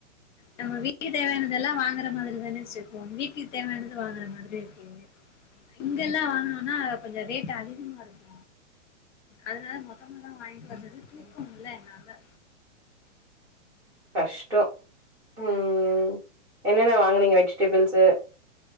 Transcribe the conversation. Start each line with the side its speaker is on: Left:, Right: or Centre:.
Left: நம்ம வீட்டுக்கு தேவயானதெல்லா வாங்குற மாதிரி தான சிஸ்டர் இருக்கு ஒன் வீக்கு தேவயானது வாங்குற மாதிரி இருக்கு இங்கல்லா வாங்குனோம்னா கொஞ்சோ ரேட்டு் அதிகமா இருக்கு அதனால மொத்தமா தா வாங்கிட்டு வர்ரது தூக்க முல்ல என்னால
Centre: கஸ்டோ ம் என்னென்ன வாங்குனீங்க வெஜிடெபில்ஸ்சு